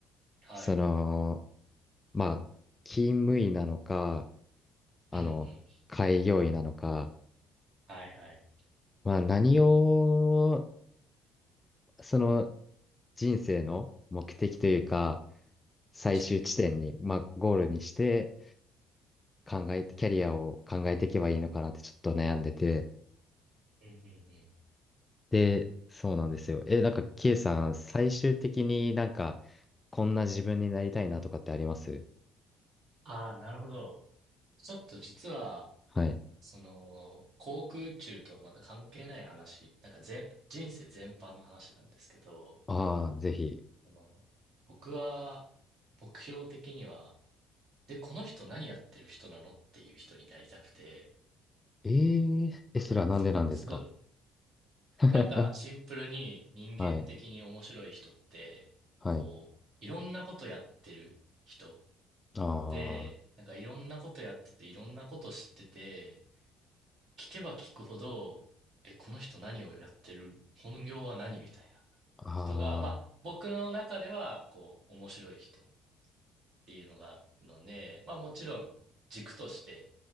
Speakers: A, on the right; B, on the left.
A: はい。
B: その、まあ、勤務医なのか、あの、
A: うんうん。
B: 開業医なのか、
A: はいはい。
B: まあ、何を、その、人生の目的というか、最終地点に、
A: 確かに。
B: まあ、ゴールにして、考えて、キャリアを考えていけばいいのかなってちょっと悩んでて、
A: うんうんうん。
B: で、そうなんですよ。え、なんか、ケイさん、最終的になんか、こんな自分になりたいなとかってあります
A: ああ、なるほど。ちょっと実は、
B: はい。
A: その、航空宇宙とはまた関係ない話、なんか全、人生全般の話なんですけど、
B: ああ、ぜひ。
A: その、僕は、目標的には、で、この人何やってる人なのっていう人になりたくて、
B: えー、え、それはなんでなんですか
A: え、つ
B: <laughs>
A: なんかシンプルに人間的に面白い人って、
B: はい、はい。
A: こう、いろんなことやってる人
B: あ
A: で、なんかいろんなことやってて、いろんなこと知ってて、聞けば聞くほど、え、この人何をやってる本業は何みたいな
B: あ、
A: 人が、まあ、
B: あ
A: 僕の中では、こう、面白い人。っていうのがあるので、まあもちろん軸として、